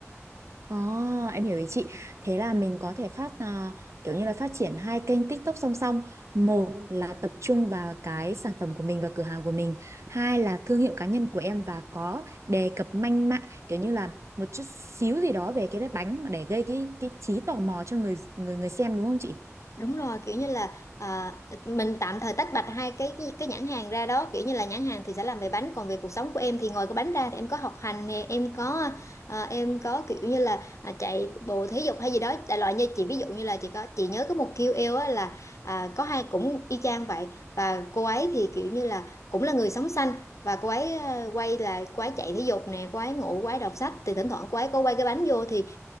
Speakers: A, on the right; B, on the left.
A: Ồ, em hiểu ý chị. Thế là mình có thể phát à, kiểu như là phát triển hai kênh TikTok song song. Một là tập trung vào cái sản phẩm của mình và cửa hàng của mình. Hai là thương hiệu cá nhân của em và có đề cập manh mạng kiểu như là một chút xíu gì đó về cái bánh để gây cái cái trí tò mò cho người người người xem đúng không chị?
B: đúng rồi kiểu như là à, mình tạm thời tách bạch hai cái, cái cái nhãn hàng ra đó kiểu như là nhãn hàng thì sẽ làm về bánh còn về cuộc sống của em thì ngoài cái bánh ra thì em có học hành nè em có à, em có kiểu như là à, chạy bộ thể dục hay gì đó đại loại như chị ví dụ như là chị có chị nhớ có một KOL á là à, có hai cũng y chang vậy và cô ấy thì kiểu như là cũng là người sống xanh và cô ấy à, quay là cô ấy chạy thể dục nè cô ấy ngủ cô ấy đọc sách thì thỉnh thoảng cô ấy có quay cái bánh vô thì